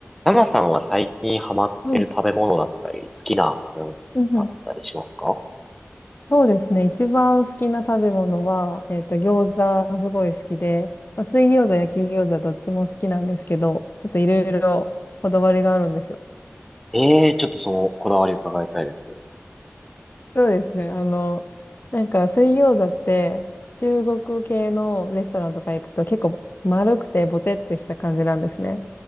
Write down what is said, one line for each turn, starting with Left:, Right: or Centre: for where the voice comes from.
Centre: ナナさんは最近ハマってる食べ物だったり、
Left: はい。
Centre: 好きな食べ物みたいなのがあったりしますか
Left: うんうん。そうですね。一番好きな食べ物は、えっと、餃子すごい好きで、まあ、水餃子、焼き餃子どっちも好きなんですけど、ちょっといろいろこだわりがあるんですよ。
Centre: ええー、ちょっとそのこだわり伺いたいです。
Left: そうですね。あの、なんか水餃子って中国系のレストランとか行くと結構丸くてボテってした感じなんですね。